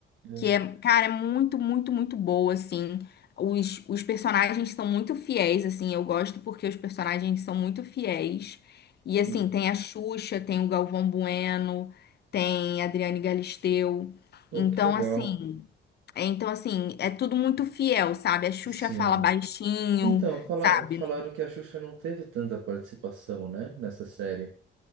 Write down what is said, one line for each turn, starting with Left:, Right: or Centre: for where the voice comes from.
Right: É,
Left: que é, cara, é muito, muito, muito boa, assim. Os, os personagens são muito fiéis, assim, eu gosto porque os personagens são muito fiéis. E
Right: sim.
Left: assim, tem a Xuxa, tem o Galvão Bueno, tem a Adriane Galisteu.
Right: Pô,
Left: Então,
Right: que legal.
Left: assim, é, Então, assim, é tudo muito fiel, sabe? A Xuxa
Right: Sim.
Left: fala baixinho,
Right: Então, fala-
Left: sabe?
Right: falaram que a Xuxa não teve tanta participação, né, nessa série.